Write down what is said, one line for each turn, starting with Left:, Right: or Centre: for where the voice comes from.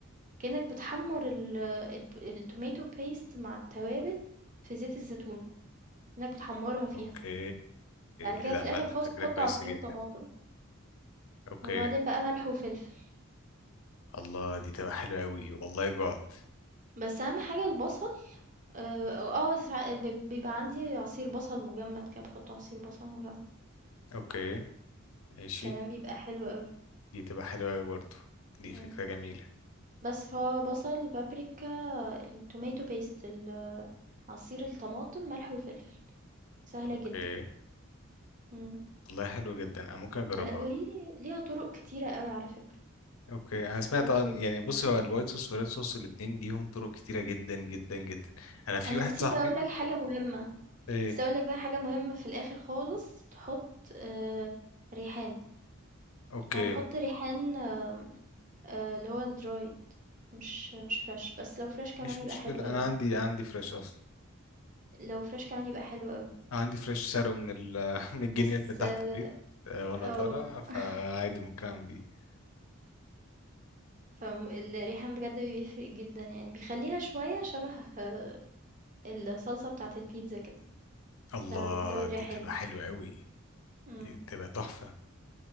Right: كأنك بتحمّر ال الب الtomato paste مع التوابل في زيت الزيتون، كأنك بتحمّرها فيها،
Left: اوكي
Right: بعد كده
Left: ايه ده
Right: في
Left: عامه
Right: الآخر خالص
Left: فكره
Right: تحط
Left: كويسه
Right: عصير
Left: جدا
Right: الطماطم،
Left: اوكي
Right: وبعدين بقى ملح وفلفل،
Left: الله دي تبقى حلوة أوي والله جوعت
Right: بس أهم حاجة البصل آآ، آه آه، ساع ب بيبقى عندي عصير بصل مجمّد كده باحط عصير بصل مجمّد،
Left: أوكي ماشي
Right: كمان بيبقى حلو أوي،
Left: دي تبقى حلوة أوي برضه دي
Right: إمم،
Left: فكرة جميلة
Right: بس فهو بصل، بابريكا، الtomato paste ال عصير الطماطم ملح وفلفل سهلة
Left: أوكي
Right: جدا مم.
Left: والله حلوة جدا أنا ممكن أجربها
Right: ب- وهي ليها طرق كتيرة قوي على فكرة
Left: أوكي أنا سمعت
Right: الريد
Left: عن
Right: صوص
Left: يعني
Right: دي
Left: بصي هو الوايت صوص والريد صوص الاتنين ليهم طرق كتيرة جدا جدا جدا أنا في
Right: انا
Left: واحد
Right: نسيت
Left: صاحبي
Right: اقول لك حاجة مهمة
Left: إيه
Right: نسيت اقول لك بقى حاجة مهمة في الاخر خالص تحط آه ريحان
Left: أوكي
Right: انا بحط ريحان آه اللي هو الدرايد مش مش فريش بس لو فريش كمان
Left: مش
Right: يبقى
Left: مشكلة
Right: حلو قوي
Left: أنا عندي عندي فريش أصلا
Right: لو فريش كمان يبقى حلو قوي
Left: عندي فريش سرقه من ال <laughs> من الجنينة
Right: بس
Left: اللي تحت
Right: اه
Left: البيت آه، وأنا
Right: آه،
Left: طالع فعادي
Right: <laughs>
Left: ممكن أعمل بيه
Right: فالريحان بجد بيفرق جدا يعني بيخليها شوية شبه آه، الصلصة بتاعة البيتزا كده
Left: الله
Right: لما بتزود
Left: دي
Right: ريحان
Left: تبقى حلوة أوي
Right: مم.
Left: دي تبقى تحفة